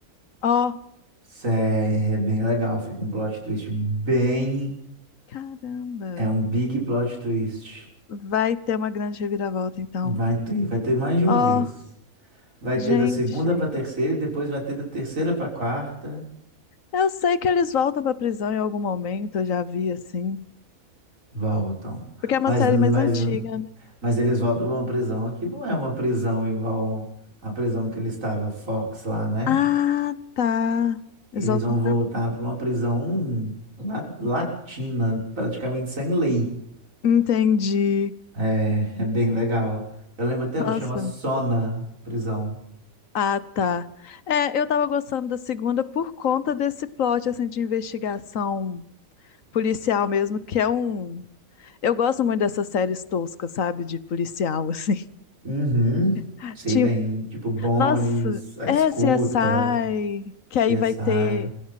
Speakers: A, on the left; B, on the right.
A: Ó,
B: Isso é, é bem legal, fica um plot twist bem.
A: caramba,
B: É um big plot twist.
A: vai ter uma grande reviravolta então.
B: Vai ter, vai ter mais de uma
A: Ó,
B: vez. Vai
A: gente,
B: ter da segunda pra terceira e depois vai ter da terceira pra quarta.
A: eu sei que eles voltam pra prisão em algum momento, eu já vi assim.
B: Voltam.
A: Porque é uma
B: Mas,
A: série
B: mas
A: mais antiga,
B: Mas eles voltam pra uma prisão que não é uma prisão igual a prisão que ele estava, Fox, lá, né?
A: Ah, tá.
B: Eles
A: Eles voltam
B: vão
A: pra
B: voltar
A: lá.
B: para uma prisão hum, la- latina, praticamente sem lei.
A: Entendi.
B: É, é bem legal. Eu lembro até,
A: Nossa.
B: o chama Sona prisão.
A: Ah, tá. É, eu tava gostando da segunda por conta desse plot, assim, de investigação policial mesmo, que é um... Eu gosto muito dessas séries toscas, sabe? De policial, assim.
B: Uhum,
A: <laughs>
B: sei
A: Tipo,
B: bem. Tipo, Bones,
A: nossa,
B: A Escuta,
A: é CSI, que
B: CSI.
A: aí vai ter